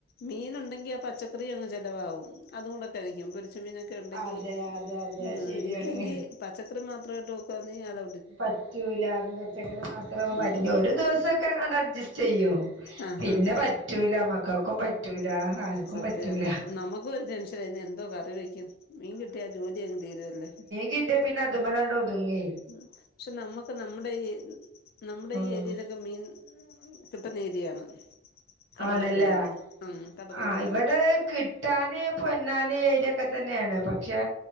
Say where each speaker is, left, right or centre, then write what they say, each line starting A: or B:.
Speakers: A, on the left (about 50°); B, on the right (about 75°).
A: മീൻ ഉണ്ടെങ്കി ആ പച്ചക്കറി അങ്ങ് ചിലവാവും അത് കൂടെ കഴിക്കും പൊരിച്ച മീന് ക്കെ ഉണ്ടെങ്കി
B: അതെ അതെ അതെ
A: ഉം
B: ശരിയാണ്
A: ഇല്ലെങ്കിൽ പച്ചക്കറി മാത്രയിട്ട് വെക്ക്വാന്നെങ്കി അതു
B: പറ്റൂല മ പച്ചക്കറി മാത്രേ പ്പൊ പറ്റൂ
A: ഉം
B: ഇനി ഒരു ദിവസ ക്കാണ്ടങ്ങ് അഡ്ജസ്റ്റ് ചെയ്യും
A: ആഹ്
B: പിന്നെ
A: ആഹ്
B: പറ്റൂല മക്കൾക്കും പറ്റൂല
A: ആഹ്
B: ആർക്കും
A: ആഹ് സത്യാന്ന്
B: പറ്റൂല
A: നമുക്കും ഒരു ടെൻഷനാ ഇന്ന് എന്തോ കറിവക്കും മീൻ കിട്ടിയ ജോലി അങ്ങ് തീരുവല്ലോ
B: കിട്ടിയാ പിന്ന അതുമ്മലാണ്ടൊത്ങ്ങി
A: ഉം പക്ഷെ നമ്മുക്ക് നമ്മുടെ ഈ നമ്മുടെ
B: ആഹ്
A: ഈ ഏരിയയിലൊ ക്കെ മീൻ കിട്ടുന്ന ഏരിയയാണ് കടലൊക്കെ
B: ആണല്ലേ
A: ഉണ്ട് ഉം കടലൊക്കെ
B: ആഹ് ഇവിടെ
A: ഉണ്ട്
B: കിട്ടാന് പൊന്നാന് ഏരിയൊക്കെ തന്നെയാണ് പക്ഷേ